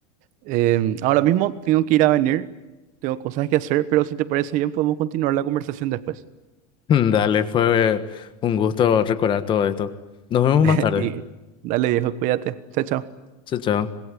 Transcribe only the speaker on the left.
<laughs> Dale, fue un gusto recordar todo esto. Nos vemos más
tarde.
Chao, chao.